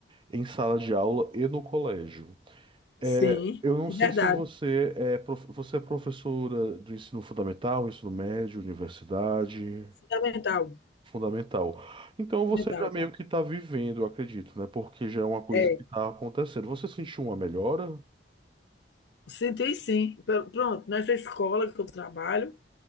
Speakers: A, on the right; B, on the left.
A: em sala de aula e no colégio. É,
B: Sim,
A: eu não
B: é
A: sei
B: verdade.
A: se você é, prof- você é professora do ensino fundamental, ensino médio, universidade.
B: Fundamental.
A: Fundamental. Então você
B: fundamental.
A: já meio que está vivendo, eu acredito, né? Porque já é uma coisa
B: É,
A: que está acontecendo. Você sentiu uma melhora?
B: senti sim. Pronto, nessa escola que eu trabalho,